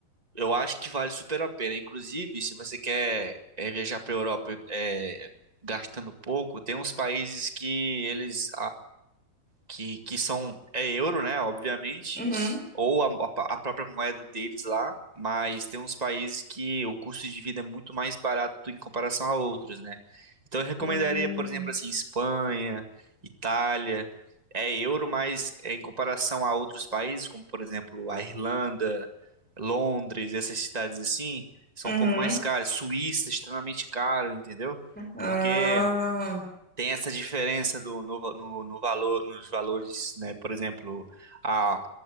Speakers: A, on the right; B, in the centre.
A: Eu acho que vale super a pena. Inclusive, se você quer é, viajar para a Europa é, gastando pouco, tem uns países que eles que, que são é euro, né, obviamente,
B: Uhum.
A: ou a, a própria moeda deles lá, mas tem uns países que o custo de vida é muito mais barato em comparação a outros, né? Então eu recomendaria,
B: Hum.
A: por exemplo, assim, Espanha, Itália, é euro, mas é, em comparação a outros países, como por exemplo a Irlanda, Londres, essas cidades assim, são
B: Uhum.
A: um pouco mais caras. Suíça, extremamente caro, entendeu?
B: Ah,
A: Porque tem essa diferença do, no, va- no, no valor, nos valores, né? Por exemplo, a,